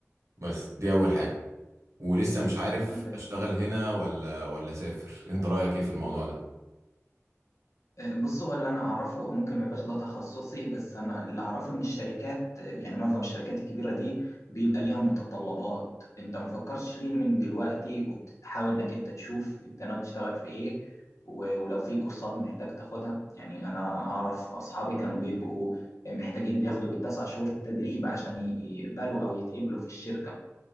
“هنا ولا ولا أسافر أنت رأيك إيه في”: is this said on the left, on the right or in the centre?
Right